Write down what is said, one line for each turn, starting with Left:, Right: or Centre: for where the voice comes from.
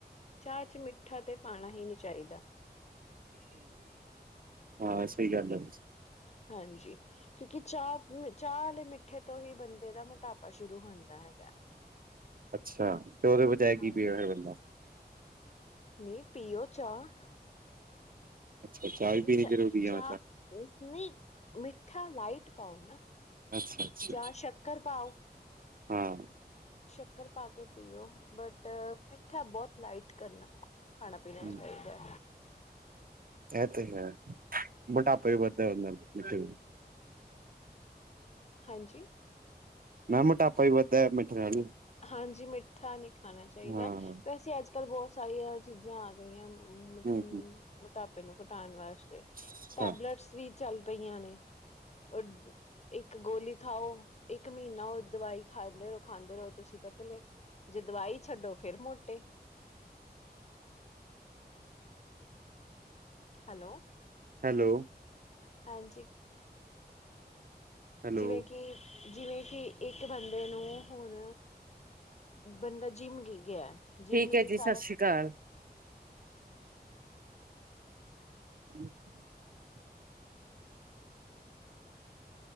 Left: ਚਾਹ ਚ ਮਿੱਠਾ ਤੇ ਪਾਉਣਾ ਹੀ ਨਹੀਂ ਚਾਹੀਦਾ।
Right: ਹਾਂ ਸਹੀ ਗੱਲ ਹੈ ਵੈਸੇ।
Left: ਹਾਂਜੀ ਕਿਉਂਕਿ ਚਾਹ ਚਾਹ ਵਾਲੇ ਮਿੱਠੇ ਤੋਂ ਹੀ ਬੰਦੇ ਦਾ ਮੋਟਾਪਾ ਸ਼ੁਰੂ ਹੁੰਦਾ ਹੈਗਾ।
Right: ਅੱਛਾ ਤੇ ਉਹਦੇ ਬਜਾਏ ਕੀ
Left: ਹਾਂ।
Right: ਪੀ ਵੇ, ਫਿਰ ਬੰਦਾ।
Left: ਨਹੀਂ ਪੀਓ ਚਾਹ
Right: ਅੱਛਾ ਚਾਹ
Left: ਐ
Right: ਵੀ ਪੀਣੀ
Left: ਚ
Right: ਜ਼ਰੂਰੀ ਹੈ
Left: ਚਾਹ
Right: ਮਤਲਬ
Left: ਨਹੀਂ ਮਿੱਠਾ ਲਾਈਟ ਪਾਓ ਨਾ।
Right: ਅੱਛਾ ਅੱਛਾ
Left: ਜਾਂ ਸ਼ੱਕਰ ਪਾਓ।
Right: ਹਾਂ
Left: ਸ਼ੱਕਰ ਪਾ ਕੇ ਪੀਓ ਬਟ, ਮਿੱਠਾ ਬਹੁਤ ਲਾਈਟ ਕਰਨਾ। ਖਾਣਾ ਪੀਣ
Right: ਹਮ,
Left: ਚਾਹੀਦਾ।
Right: ਇਹ ਤੇ ਹੈ, ਮੋਟਾਪਾ ਹੀ ਵੱਧਦਾ ਉਹਦੇ ਨਾਲ ਤੇ
Left: ਹਾਂਜੀ
Right: ਮੈ ਕਿਹਾ ਮੋਟਾਪਾ ਹੀ ਵੱਧਦਾ ਮਿੱਠੇ ਨਾਲ ਵੀ
Left: ਹਾਂਜੀ ਮਿੱਠਾ ਨਹੀਂ ਖਾਣਾ ਚਾਹੀਦਾ।
Right: ਹਾਂ
Left: ਵੈਸੇ ਅੱਜ ਕੱਲ੍ਹ ਬਹੁਤ ਸਾਰੀਆਂ ਚੀਜ਼ਾਂ ਆ ਗਈਆਂ ਮੋਟਾਪਾ
Right: ਹੂੰ ਹੂੰ
Left: ਪੇਟ ਨੂੰ ਘਟਾਉਣ ਵਾਸਤੇ। ਤੇ
Right: ਅੱਛਾ
Left: ਟੈਬਲੇਟਸ ਵੀ ਚੱਲ ਪਈਆਂ ਨੇ, ਉਹ ਇੱਕ ਗੋਲੀ ਖਾਓ ਇੱਕ ਮਹੀਨਾ ਉਹ ਦਵਾਈ ਖਾਂਦੇ ਰਹੋ ਖਾਂਦੇ ਰਹੋ ਤੁਸੀਂ ਪਤਲੇ ਜੇ ਦਵਾਈ ਛੱਡੋ ਫਿਰ ਮੋਟੇ ਹੈਲੋ
Right: ਹੈਲੋ
Left: ਹਾਂਜੀ
Right: ਹੈਲੋ
Left: ਜਿਵੇਂ ਕਿ ਜਿਵੇਂ ਕਿ ਇੱਕ ਬੰਦੇ ਨੂੰ ਹੁਣ ਬੰਦਾ ਜਿੰਮ ਗੀ ਗਿਆ, ਜਿੰਮ
Right: ਠੀਕ
Left: ਚ
Right: ਹੈ ਜੀ
Left: ਸਾਰਾ
Right: ਸਤਿ ਸ਼੍ਰੀ ਅਕਾਲ <unintelligible>